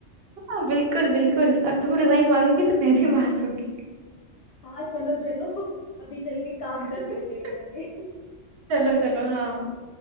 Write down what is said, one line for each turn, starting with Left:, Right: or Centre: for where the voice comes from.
Right: हाँ बिल्कुल बिल्कुल और तुम रिजाइन मारोगी तो मैं भी मार दूंगी
Left: हाँ चलो चलो अभी चल के काम
Right: <laughs>
Left: कर लेते हैं पहले
Right: चलो चलो हाँ